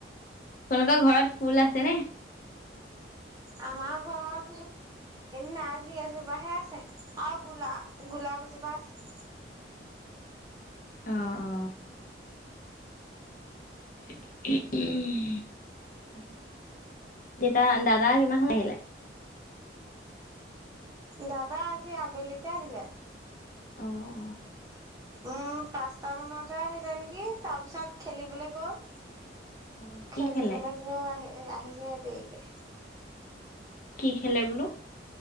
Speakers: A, on the left; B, on the right.
A: তোমলোকৰ ঘৰত ফুল আছে নে?
B: আমাৰ ঘৰত। নাৰ্জি এজোপাহে আছে আৰু গোলা গোলাপ এজোপা আছে।
A: অ'। অ তাকে দেতা দাদা কিমান সময় আহিলে?
B: দাদা আজি আবেলিতে আহিলে।
A: অ'।
B: উম, পাঁচটা মানতে আহিলে নেকি তাৰ পিছত খেলিবলৈ গ'ল।
A: অ কি
B: খেলিবলৈ
A: খেলে
B: ব আহি আহিছে দেৰিকে।
A: কি খেলে বোলো?